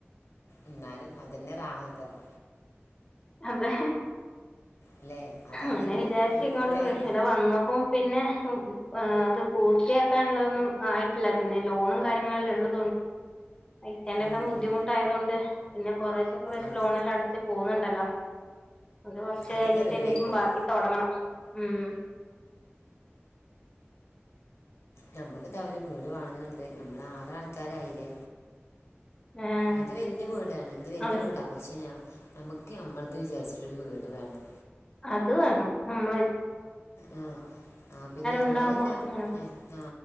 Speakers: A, on the left (about 85°); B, on the left (about 20°).
A: എന്നാലും അതിൻറെ റാഹതവും
B: അതെ
A: അല്ലേ അതാണെങ്കിലും
B: അങ്ങനെ വിചാരിച്ച്
A: ഒരു
B: ഇങ്ങോട്ട്
A: കൂരായില്ലേ
B: ഇടെ വന്നോക്കും പിന്നെ അത് പൂർത്തിയാക്കാനുള്ളതൊന്നും ആയിട്ടില്ല പിന്നെ ലോണും കാര്യങ്ങളല്ലേ ഉള്ളൂ പൈസന്റെ എല്ലാം
A: ഉം,
B: ബുദ്ധിമുട്ടായതുകൊണ്ട്
A: ഉം.
B: പിന്നെ കുറേശ്ശെ കുറേശ
A: അത്
B: ലോണെല്ലാം അടച്ച് പോകുന്നുണ്ടല്ലോ അണ്ട് കുറച്ച്
A: അതൊക്കെ
B: കഴിഞ്ഞിട്ട്
A: റെഡി ആയിക്കോളും
B: തുടങ്ങണം ഉം
A: നമ്മുക്ക് ത അവര് വീട് വാങ്ങുന്നുണ്ട് നമ്മള ആറ ആൾക്കാരായില്ലേ
B: ആഹ്
A: ഇത് വലയ വീടാണ് ഇത് വല്യ
B: അതെ
A: വീടാ പക്ഷെ ഞാൻ നമുക്ക് നമ്മളത് വിചാരിച്ചിട്ടരു വീട് വേണം
B: അത് വേണം നമ്മള
A: ആ ആ പിന്നെ ഞങ്ങ
B: ഉണ്ടാവുമ്പോ
A: തന്നെ
B: അങ്ങനെ
A: ഞാൻ ആ